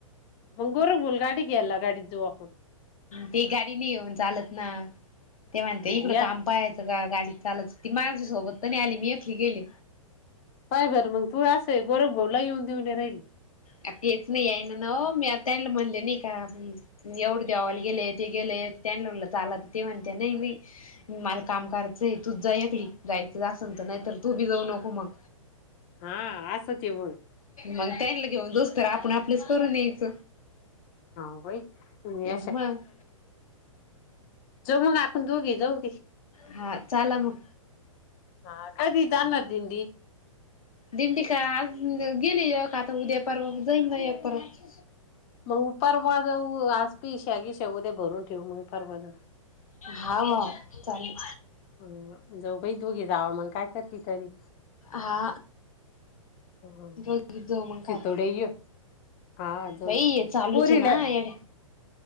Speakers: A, on the left; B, on the left.
A: <unintelligible>
B: ते गाडी नयी येऊन चालत ना ते म्हणते
A: आपण
B: इकड
A: या
B: काम पाहायच का गाडीत चालच ती म्हाज्या सोबत त नाही आली मी एखली गेले
A: पाय बर मग तू अस आहे गोरख भाऊला यी येऊन देऊन नयी राहीली
B: हेच नाही आहे ना ना मी आता यानला म्हणले नाही का एवढे देवाला गेले ते गेले त्यांना म्हणल चाला तर ते म्हणते नायी नायी मला काम कराचय तूच जा एकली जायच च असल तर नाही तर तू बी जाऊ नको मग
A: हा असं ते मग
B: मग त्याला <unintelligible> आपण आपलेच करून यायच.
A: हा बाई तुम्ही
B: म
A: जमुन आपण दोघे जाऊ दे
B: हा चाला मग
A: हा कधी जाणार दिंडी?
B: दिंडी काय आज गेले एक आता उद्या परवा जाईन ना एक परत
A: मग परावा जाऊ आज पीशव्या बीश्या उद्या भरून ठेवू मग परवा जाऊ.
B: हा चालेल.
A: ह जाऊ बही दोघे जावं मग काय करते तरी
B: हा
A: हं
B: बघ जाऊ मग
A: शितोडे
B: काय
A: य हा जाऊ
B: बाई हे चालूच
A: पोरीला
B: आहे ना येडे